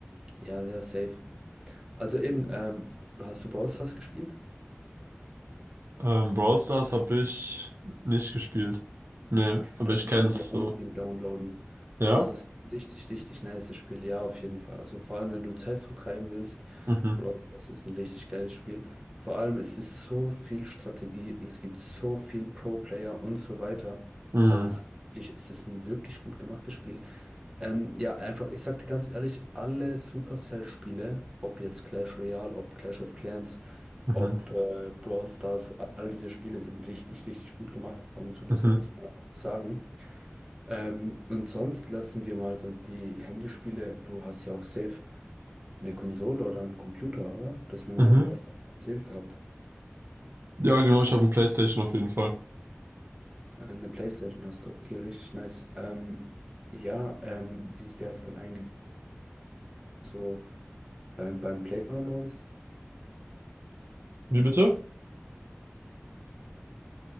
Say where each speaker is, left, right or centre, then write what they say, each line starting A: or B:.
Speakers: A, on the right; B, on the right.
A: Ja, ja, safe. Also eben, ähm, hast du Brawl Stars gespielt?
B: Ähm, Brawl Stars habe ich nicht gespielt. Nee, aber
A: Das
B: ich
A: musst
B: kenn's
A: du dir
B: so.
A: unbedingt downloaden.
B: Ja?
A: Bro, es ist ein richtig, richtig nices Spiel. Ja, auf jeden Fall. Also vor allem, wenn du Zeit vertreiben willst,
B: Mhm.
A: Bro, das ist ein richtig geiles Spiel. Vor allem, es ist so viel Strategie und es gibt so viel Pro-Player und so weiter.
B: Mhm.
A: Also es, ich, es ist ein wirklich gut gemachtes Spiel. Ähm, ja, einfach, ich sag dir ganz ehrlich, alle Supercell-Spiele, ob jetzt Clash Royale, ob Clash of Clans,
B: Mhm.
A: ob äh, Brawl Stars, all diese Spiele sind richtig, richtig gut gemacht von Supercell,
B: Mhm.
A: muss man einfach sagen. Ähm, und sonst lassen wir mal sonst die Handyspiele, du hast ja auch safe eine Konsole oder einen Computer, oder? Du hast mir mal
B: Mhm.
A: irgendwas erzählt gehabt.
B: Ja, genau, ich habe eine PlayStation auf jeden Fall.
A: Äh, Eine PlayStation hast du, okay, richtig nice. Ähm, ja, ähm, wie wäre es denn eigentlich so beim, beim Playground-Modus?
B: Wie bitte?